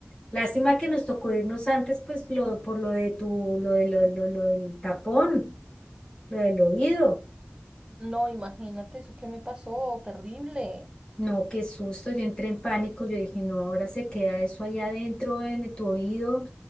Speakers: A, on the left (about 25°); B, on the right (about 20°).
A: Lástima que nos tocó irnos antes, pues lo, por lo de tu, lo de lo, lo, lo del tapón, lo del oído.
B: No, imagínate eso que me pasó, terrible.
A: No, qué susto, yo entré en pánico, yo dije, no, ahora se queda eso allá adentro en tu oído,